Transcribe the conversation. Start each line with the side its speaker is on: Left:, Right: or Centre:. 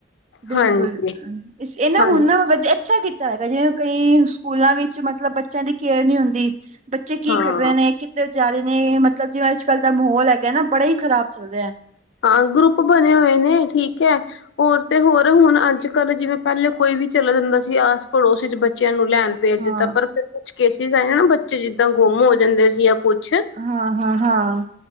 Right: ਬਿਲਕੁਲ
Left: ਹਾਂਜੀ
Right: ਇਹ ਨਾ
Left: ਹਾਂਜੀ
Right: ਹੁਣ ਨਾ ਵਧੀ ਅੱਛਾ ਕੀਤਾ ਹੈਗਾ, ਜਿਵੇਂ ਕਈ ਸਕੂਲਾਂ ਵਿੱਚ, ਮਤਲਬ ਬੱਚਿਆਂ ਦੀ ਕੇਅਰ ਨੀ ਹੁੰਦੀ, ਬੱਚੇ ਕੀ
Left: ਹਾਂ
Right: ਕਰ ਰਹੇ ਨੇ? ਕਿੱਧਰ ਜਾ ਰਹੇ ਨੇ? ਮ ਮਤਲਬ ਜਿਵੇਂ ਅੱਜ-ਕੱਲ ਦਾ ਮਾਹੌਲ ਹੈਗਾ ਹੈ ਨਾ, ਬੜਾ ਹੀ ਖਰਾਬ ਚੱਲ ਰਿਹਾ ਹੈ!
Left: ਹਾਂ, ਗਰੁੱਪ ਬਣੇ ਹੋਏ ਨੇ, ਠੀਕ ਐ। ਹੋਰ ਤੇ ਹੋਰ ਹੁਣ ਅੱਜ-ਕੱਲ੍ਹ ਜਿਵੇਂ ਪਹਿਲੇ ਕੋਈ ਵੀ ਚਲਾ ਜਾਂਦਾ ਸੀ ਆਸ ਪੜੋਸ 'ਚ ਬਚਿਆਂ ਨੂੰ ਲੈਣ ਭੇਜ
Right: ਹਾਂ
Left: ਦਿਤਾ ਪਰ ਫਿਰ ਕੁਛ ਕੇਸਿਸ ਆਏ ਨਾ ਬੱਚੇ ਜਿਦਾਂ ਗੁਮ ਹੋ ਜਾਂਦੇ ਸੀ ਜਾਂ ਕੁਛ
Right: ਹਾਂ ਹਾਂ ਹਾਂ